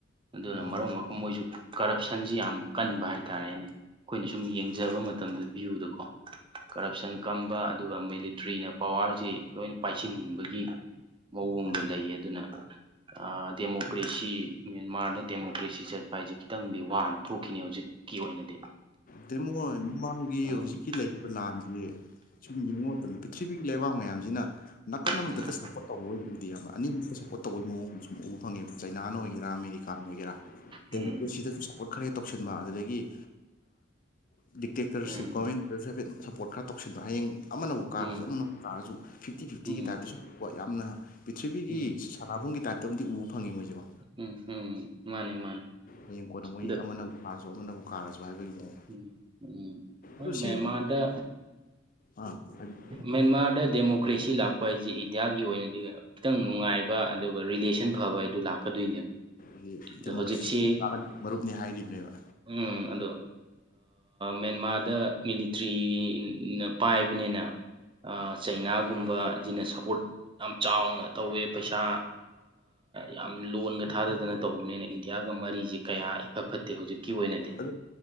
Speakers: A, on the right; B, on the left.
A: ꯑꯗꯨꯅ
B: ꯑꯥ
A: ꯃꯔꯝ ꯑꯣꯏꯔꯀ ꯃꯣꯏꯁꯨ ꯀꯔꯞꯁꯟꯁꯤ ꯌꯥꯝ ꯀꯟꯕ ꯍꯥꯏꯇꯥꯔꯦ ꯍꯥꯏꯇꯥꯔꯦꯅꯦ ꯑꯩꯈꯣꯏꯅ ꯁꯨꯝ ꯌꯦꯡꯖꯕ ꯃꯇꯝꯗ ꯚ꯭ꯌꯨꯗꯀꯣ ꯀꯔꯞꯁꯟ ꯀꯝꯕ ꯑꯗꯨꯒ ꯃꯤꯂꯤꯇ꯭ꯔꯤꯅ ꯄꯋꯥꯔꯁꯤ ꯂꯣꯏꯅ ꯄꯥꯏꯁꯤꯟꯅꯤꯡꯕꯒꯤ ꯃꯑꯣꯡꯗ
B: ꯑꯥ
A: ꯂꯩꯌꯦ ꯑꯗꯨꯅ ꯗꯦꯃꯣꯀ꯭ꯔꯦꯁꯤ ꯃꯦꯟꯃꯥꯔꯗ ꯗꯦꯃꯣꯀ꯭ꯔꯦꯁꯤ ꯆꯠꯄ ꯍꯥꯏꯁꯦ ꯈꯤꯇꯪꯗꯤ ꯋꯥꯅ ꯊꯣꯛꯈꯤꯅꯤ ꯍꯧꯖꯤꯛ ꯀ ꯑꯣꯏꯅꯗꯤ
B: ꯗꯃꯣ ꯃꯃꯥꯡꯒꯤ
A: ꯎꯝ
B: ꯍꯧꯖꯤꯛꯀꯤ ꯂꯩꯔꯤꯕ ꯂꯥꯟꯁꯤ ꯄ꯭ꯔꯤꯊꯤꯕꯤ ꯌꯦꯡꯕ ꯃꯇꯝꯗ ꯄ꯭ꯔꯤꯊꯤꯕꯤꯒꯤ ꯂꯩꯕꯥꯛ ꯃꯌꯥꯝꯁꯤꯅ ꯅꯥꯀꯟ ꯑꯃꯗ
A: ꯎꯝ
B: ꯁꯞꯄꯣꯔꯠ ꯇꯧꯕ ꯑꯣꯏꯅ ꯎꯗꯦ ꯌꯥꯕ ꯑꯅꯤꯃꯛꯇ ꯁꯄꯣꯔꯠ ꯇꯧꯕꯒꯤ ꯃꯑꯣꯡꯗ ꯁꯨꯝ ꯎꯕ ꯐꯪꯉꯦꯕ ꯆꯩꯅꯥꯅ ꯑꯣꯏꯒꯦꯔꯥ ꯑꯃꯦꯔꯤꯀꯥ ꯑꯣꯏꯒꯦꯥ ꯗꯦꯃꯣꯀ꯭ꯔꯦꯁꯤꯗꯁꯨ
A: ꯎꯝ
B: ꯁꯄꯣꯔꯠ ꯈꯔꯦ ꯇꯧꯁꯤꯟꯕ ꯑꯗꯨꯗꯒꯤ ꯗꯤꯛꯇꯦꯛꯇꯔꯁꯤꯞ
A: ꯎꯝ
B: ꯒꯣꯔꯃꯦꯟꯗꯁꯨ ꯍꯥꯏꯐꯦꯠ ꯁꯞꯄꯣꯔꯠ ꯈꯔ ꯇꯧꯁꯤꯟꯗꯣ ꯍꯌꯦꯡ ꯑꯃꯅꯕꯨ ꯀꯥꯔꯁꯨ
A: ꯎꯝ
B: ꯑꯃꯅꯕꯨ ꯀꯥꯔꯁꯨ ꯐꯤꯐꯇꯤ ꯐꯤꯐꯇꯤꯒꯤ
A: ꯎꯝ
B: ꯇꯥꯏꯞꯇꯁꯨ ꯌꯥꯝꯅ ꯄ꯭ꯔꯤꯊꯤꯕꯤꯒꯤ
A: ꯎꯝ
B: ꯁꯥꯟꯅꯥꯅꯕꯨꯡꯒꯤ ꯇꯥꯏꯞꯇ ꯑꯃꯗꯤ ꯎ ꯐꯪꯉꯤ ꯃꯣꯏꯁꯦꯀꯣ
A: ꯎꯝ ꯎꯝ ꯃꯥꯅꯦ ꯃꯥꯅꯦ
B: ꯍꯌꯦꯡ ꯀꯣꯟꯅ ꯃꯣꯏ
A: ꯑꯗ
B: ꯑꯃꯅꯕꯨ ꯀꯥꯔꯁꯨ ꯑꯃꯅꯕꯨ ꯀꯥꯔꯁꯨ ꯍꯥꯏꯕꯒꯤ ꯃꯑꯣꯡ
A: ꯎꯝ ꯎꯝ ꯍꯣꯏ
B: ꯑꯗꯣ
A: ꯃꯦꯟꯃꯥꯗ
B: ꯁꯤ ꯑꯥ ꯍꯥꯏꯕꯤꯌꯨ
A: ꯃꯦꯟꯃꯥꯔꯗ ꯗꯦꯃꯣꯀ ꯃꯃꯣꯀ꯭ꯔꯦꯁꯤ ꯂꯥꯛꯄ ꯍꯥꯏꯁꯤ ꯏꯟꯗꯤꯌꯥꯒꯤ ꯑꯣꯏꯅꯗꯤ ꯈꯤꯇꯪ ꯅꯨꯡꯉꯥꯏꯕ ꯑꯗꯨꯒ ꯔꯤꯂꯦꯁꯟ ꯐꯕ ꯍꯥꯏꯗꯨ ꯂꯥꯛꯀꯗꯣꯏꯅꯦꯕ
B: ꯗꯤ
A: ꯑꯗꯣ
B: ꯗꯦꯃꯣꯀ꯭ꯔꯦꯁꯤ
A: ꯍꯧꯖꯤꯛꯁꯤ
B: ꯆ ꯆꯥ ꯃꯔꯨꯞꯅꯤ ꯍꯥꯏꯔꯤꯕꯅꯦꯕ
A: ꯎꯝ ꯑꯗꯣ ꯃꯦꯟꯃꯥꯔꯗ ꯃꯤꯂꯤꯇ꯭ꯔꯤ ꯄꯥꯏꯕꯅꯤꯅ ꯆꯩꯅꯥꯒꯨꯝꯕꯕꯁꯤꯅ ꯁꯞꯄꯣꯔꯠ ꯌꯥꯝ ꯆꯥꯎꯅ ꯇꯧꯋꯦ ꯄꯩꯁꯥ ꯌꯥꯝ ꯂꯣꯟꯒ ꯊꯥꯗꯗꯅ ꯇꯧꯕꯅꯤꯅ ꯏꯟꯗꯤꯌꯥꯒ ꯃꯔꯤꯁꯦ ꯀꯌꯥ ꯏꯐꯠ ꯐꯠꯇꯦ ꯍꯧꯖꯤꯛꯀꯤ ꯑꯣꯏꯅ
B: ꯑ